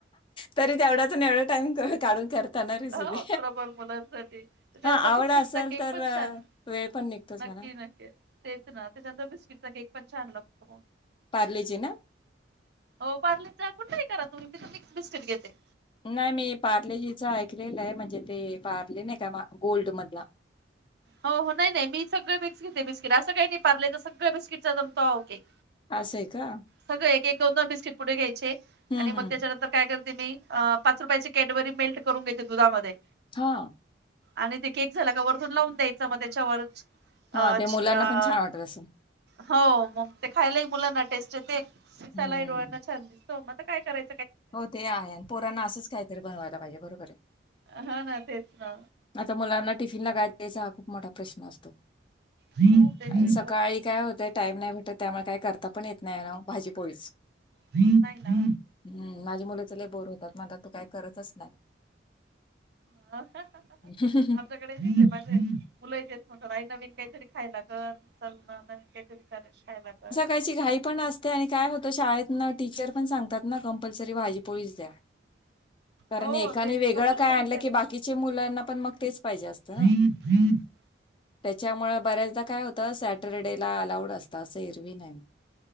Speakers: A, on the left; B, on the right.
A: तरी तेवढ्यातून एवढा टाइम काढून कर त ना
B: हो
A: रेसिपी,
B: थोडंफार मुलांसाठी त्याच्यानंतर
A: हा आवडा
B: बिस्किटचा
A: असल
B: केक
A: तर
B: पण छान
A: वेळ पण निघतोच
B: नक्की
A: म्हणा.
B: नक्की तेच ना त्याच्यानंतर बिस्किटचा केक पण छान लागतो.
A: पारलेजी ना.
B: हो पार्लचा कुठला ही करा तुम्ही मी तर मिक्स बिस्किट घेते.
A: नाही मी पार्लेजीचं ऐकलेलं आहे म्हणजे ते पार्ले नाही का गोल्ड मधला.
B: हो हो नाही नाही मी सगळे मिक्स घेते बिस्किट असं काही नाही पारलेच सगळ्या बिस्किटचा जमतो अहो केक.
A: असं आहे का?
B: सगळे एक एक दोन दोन बिस्किट पुडे घ्यायचे,
A: हम्म
B: आणि मग
A: हम्म.
B: त्याच्यानंतर काय करा ते मी अ पाच रुपयाची कॅटबरी मेल्ट करून घेते दुधामध्ये.
A: हा.
B: आणि ते केक झाला का वरतून लावून द्यायचं मग त्याच्यावर, अच्छ
A: हा ते मुलांना
B: आ
A: पण छान वाटत असेल.
B: हो मग ते खायलाही मुलांना टेस्ट येते, दिसालाही
A: हम्म.
B: डोळ्यांना छान दिसतो मग काय कराय
A: हो ते आहे आणि पोरांना असंच काहीतरी बनवायला पाहिजे बरोबर आहे.
B: ह न तेच ना.
A: आता मुलांना टिफिनला काय दायचा हा खूप मोठा प्रश्न असतो.
B: टेन्शन
A: सकाळी
B: होतं
A: काय हो ते टाईम नाही भेटत त्यामुळे काय करता पण येत नाही ना ओ भाजी पोळीच.
B: <unintelligible> नाही ना.
A: हम्म माझी मुले तर लय बोर होतात म्हणतात तू काय करतच नाही.
B: <unintelligible>
A: <unintelligible>
B: मुलही तेच म्हणतात आई नवीन काहीतरी खायला कर. चल ना नवीन काहीतरी कर खायला कर.
A: निघायचे घाई पण अस ते आणि काय होत शाळेत ना टीचर पण सांगतात ना कंपल्सरी भाजीपोळीच द्या. कारण
B: हो
A: एकाने
B: ते
A: वेगळं
B: कंपल्सरीच
A: काय आणलं
B: आहे आता.
A: की बाकीच्या मुलांना पण मग तेच पाहिजे असत
B: ववि <inaudible>
A: त्याच्यामुळे बऱ्याचदा काय होत. तर सॅटरडे ला अलाउड असत असं एरवी नाही.